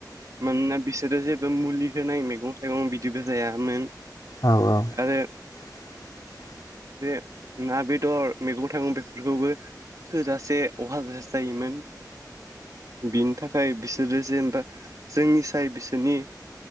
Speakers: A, on the right; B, on the left.
A: मानोना बिस सोरो जेबो मुलि होनाय मैगं थाइगं बिदिबो जायामोन।
B: औ औ।
A: आरो
B: <inaudible>
A: जे ना बेदर मैगं थाइगं बेफोरखौबो थोजासे अहाजासे जायोमोन। बिनि थाखाय बिसोरो जेनबा जोंनिसाय बिसोरनि